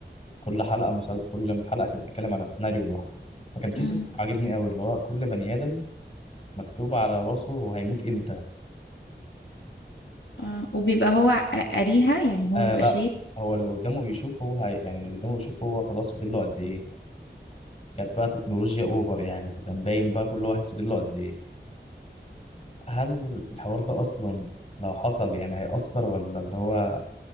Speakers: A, on the left; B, on the left.
A: كل حلقة مسل... كل حلقة كانت بتتكلم على سيناريو لوحده فكان في
B: امم
A: سيناريو عاجبني قوي اللي هو كل بني آدم مكتوب على راسه هو هيموت إمتى
B: آه. وبيبقى هو قاريها يعني هو
A: آه
B: بيبقى
A: لا
B: شايف
A: هو اللي قدامه بيشوفه هو هي... يعني اللي قدامه بيشوفه هو خلاص فاضل له قد إيه كانت بقى تكنولوجيا أوفر يعني فكان باين بقى كل واحد فاضل له قد إيه هل الحوار ده أصلا لو حصل يعني هيأثر ولا اللي هو